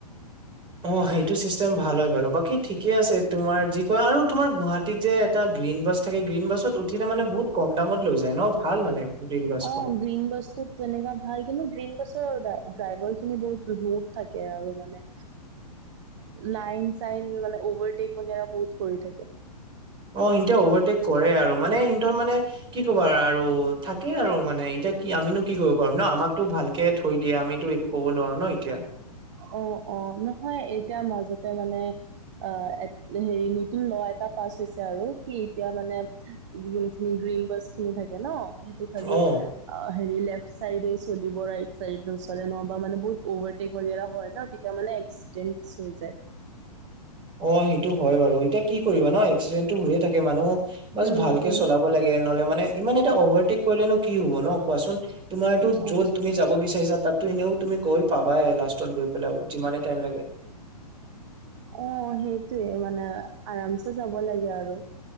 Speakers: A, on the right; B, on the right.
A: অঁ সেইটো চিষ্টেম ভাল হয় বাৰু বাকী ঠিকে আছে তোমাৰ যি কয় আৰু তোমাৰ গুৱাহাটীত যে- এটা গ্ৰীণ বাছ থাকে গ্ৰীণ বাছত উঠিলে মানে বহুত কম দামত লৈ যায় ন ভাল মানে। গ্ৰীণ বাছখন
B: অঁ গ্ৰীণ বাছ- ত তেনেকা ভাল কিন্তু গ্ৰীণ বাছৰ ড্ৰাইভাৰ খিনি বহুত ৰোপ থাকে আৰু মানে। লাইন চাইন মানে অভাৰটেক বাগেৰা বহুত কৰি থাকে।
A: অঁ ইনতে অভাৰটেক কৰে আৰু মানে ইনতৰ মানে- কি কবা আৰু? থাকে আৰু মানে এতিয়া কি আমিনো কি কৰিব পাৰো ন আমাকতো ভালকে থৈ দিয়ে আমিতো একো- ক'ব নোৱাৰো ন এতিয়া।
B: অঁ অঁ নহয় এতিয়া মাজতে মানে- আহ এ হেৰি নতুন ল এটা পাছ হৈছে আৰু কি এতিয়া মানে- যোনখিনি গ্ৰীণ বাছ খিনি থাকে ন- ত খালি
A: অ
B: হেৰি লেফট চাইডে চলিব ৰাইট চাইড নচলে নহ'ব মানে বহুত- অভাৰটেক বাগেৰা হয় ন তেতিয়া মানে একচটেন্স হৈ যায়।
A: অঁ সেইটো হয় বাৰু এতিয়া কি কৰিবা ন? এক্সিডেণ্টটো হৈয়ে থাকে মানুহ- বাচ
B: উম
A: ভালকে
B: উম
A: চলাব লাগে নহ'লে মানে ইমান এটা অভাৰটেক কৰিলেনো কি হব ন কোৱাচোন? তোমাৰতো
B: অ
A: য'ত তুমি- যাব বিচাৰিছা তাততো এনেও তুমি গৈ পাবাই লাষ্টত গৈ পেলাইও যিমানে টাইম লাগে।
B: অঁ সেইটোৱে মানে আৰামছে যাব লাগে আৰু।